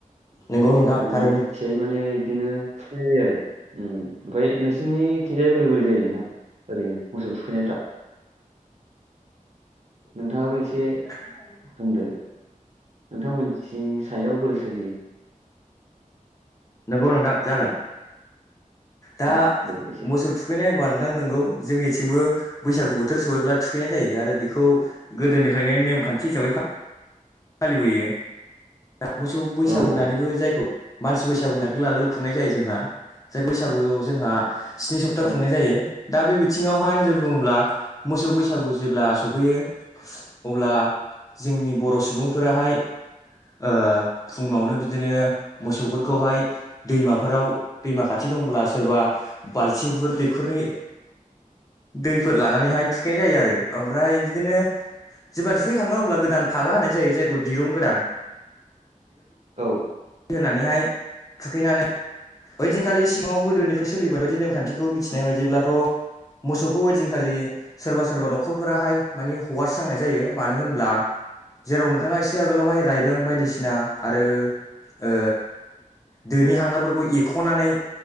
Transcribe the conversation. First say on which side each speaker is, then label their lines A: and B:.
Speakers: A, on the left; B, on the right.
A: नंगौ नोंथां
B: जों
A: थारैनो
B: इसे माने बिदिनो थुखैनाय जायो आरो उम उम ओमफ्राय नोंसि सिनिथिंजाय बोरै बोरै जायो नोंथां ओरैनो मोसौ थुखैनायफ्रा?
A: <unintelligible>
B: नोंथाङाबो एसे बुंदो नोंथांमोननिथिं साइदआव बोरै सोलियो
A: नोंगौ नोंथां जागोन दा
B: उम दे एसे
A: मोसौ थुखैनाय होमबा नोंथां नोंगौ जोंनिथिंबो बैसागु बोथोर सहैब्ला थुखैनाय जायो आरो बेखौ गोदोनिफ्रायनो नेमखान्थि हिसाबै फा फालिबोयो मोसौ बैसागु
B: औ
A: होननानैबो
B: औ
A: जायखौ मानसि बैसागुनि आगोल आगोल खुंनाय जायो जोंहा जाय बैसागुआव जोंहा स्नि सप्ता
B: औ
A: खुंनाय जायो। दा बे बिथिङावहाय नोजोर बुङोब्ला मोसौ बैसागु जेब्ला सफैयो अब्ला जोंनि बर सुबुं फोराहाय ओ फुङावनो बिदिनो मोसौफोरखौहाय दैमाफोराव दैमा खाथि दंब्ला सोरबा बालथिंफोर दैखरनि दैफोर लानानैहाय थुखैनाय जायो आरो ओमफ्राय बिदिनो जेब्ला थुखैखाङो अब्ला गोदान फागा होनाय जायो जाय दिरुं गोदान
B: औ
A: होनानैहाय थुखैनानै बै दिनखालि सिगाङाव गोदोनिफाय सोलिबोनाय नेमखान्थिखौ मिथिनाय बायदिब्लाथ मोसौखौ ओइदिनखालि सोरबा सोरबा नखरफोराहाय मानि हगारस्रांनाय जायो मानो होनब्ला जेराव नों थाङा एसे आगोलावहाय रायदों बायदिसिना आरो ओ दोनि हांगारफोरखौ एखनानै